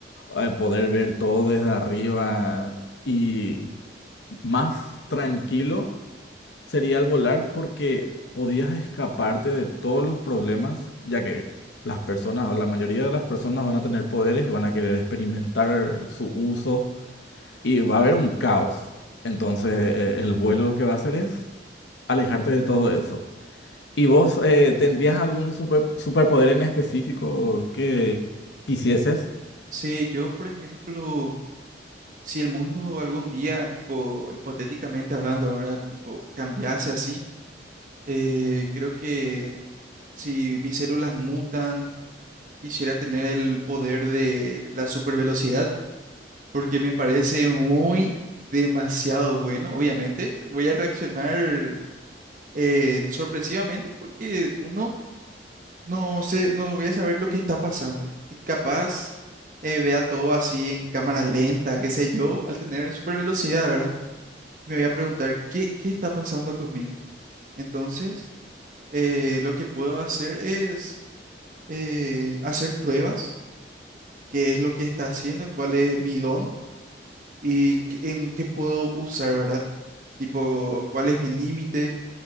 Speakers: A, on the left; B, on the right.
A: eh, poder ver todo desde arriba y más tranquilo sería el volar porque podías escaparte de todos los problemas, ya que las personas, o la mayoría de las personas van a tener poderes y van a querer experimentar su uso y va a haber un caos. Entonces, eh, el vuelo lo que va a hacer es alejarte de todo eso. ¿Y vos eh, tendrías algún super, superpoder en específico que quisieses?
B: Sí, yo, por ejemplo, si el mundo algún día, tipo, hipotéticamente hablando, ¿verdad? Tipo, cambiase así. Eh, creo que si mis células mutan, quisiera tener el poder de la supervelocidad, porque me parece muy demasiado bueno. Obviamente, voy a reaccionar eh, sorpresivamente porque uno no sé, no voy a saber lo que está pasando. Y capaz eh, vea todo así en cámara lenta, qué sé yo, al tener supervelocidad, ¿verdad? Me voy a preguntar, ¿qué, qué está pasando conmigo? Entonces eh, lo que puedo hacer es eh, hacer pruebas, qué es lo que está haciendo, cuál es mi don y qué- en qué puedo usar, ¿verdad? Tipo, cuál es mi límite.